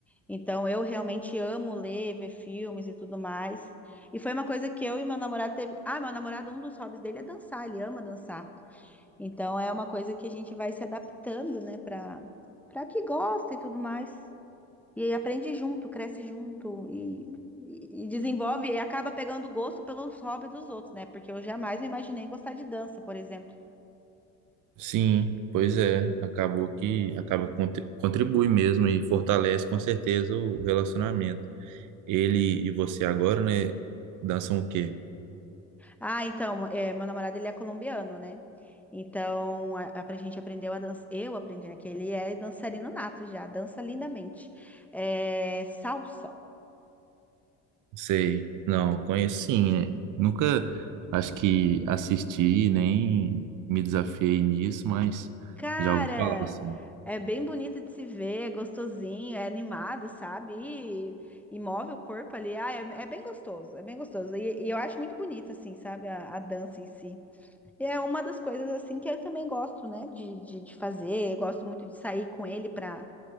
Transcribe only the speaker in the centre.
Então eu realmente amo ler, ver filmes e tudo mais. E foi uma coisa que eu e meu namorado teve. Ah, meu namorado, um dos hobbies dele é dançar, ele ama dançar. Então é uma coisa que a gente vai se adaptando, né, para para que gosta e tudo mais. E aí aprende junto, cresce junto e, e- e desenvolve e acaba pegando gosto pelos hobbies dos outros, né? Porque eu jamais me imaginei gostar de dança, por exemplo.
Ah, então, é, meu namorado ele é colombiano, né? Então, a, a pra gente aprendeu a dança. Eu aprendi, né? Que ele é dançarino nato já, dança lindamente. É, salsa.
Cara,
é bem bonito de se ver, é gostosinho, é animado, sabe? E, e move o corpo ali. Ah, é, é bem gostoso, é bem gostoso. E, e eu acho muito bonito, assim, sabe? A, a dança em si. E é uma das coisas, assim, que eu também gosto, né? De, de, de fazer. Eu gosto muito de sair com ele pra,